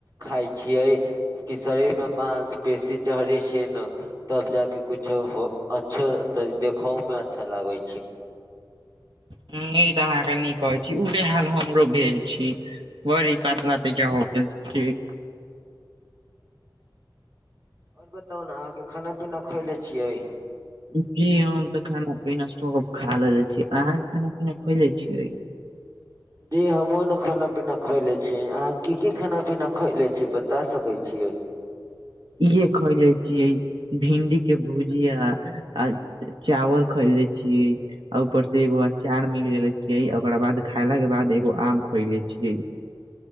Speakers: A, on the right (about 50°); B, on the right (about 85°).
A: खाइ छियै ई शरीरमे मांसपेशी चढ़ै छै ने तब जाके कुछो हो अच्छो, तब देखहोमे अच्छा लागै छै।
B: ह्मम, ई तऽ अहाँके नीक कहै छी। उहे हाल हमरो भेल छै। बड़ी पतला तऽ ज हो गेल छियै।
A: और बताउ ने, अहाँके खाना-पीना खएले छियै?
B: जी हम तऽ खाना-पीना सब खा लेलेे छियै। अहाँ खाना-पीना खैले छियै?
A: जी हमहुँ ने खाना-पीना खयले छियै। अहाँ की-की खाना-पीना खइले छियै, बता सकै छियै?
B: इहे खयले छियै। भिण्डी के भुजिया आ चावल खइले छियै। आ ऊपर से एगो अचार भी लेले छियै, ओकरा बाद खाइलाके बाद एगो आम खइले छियै।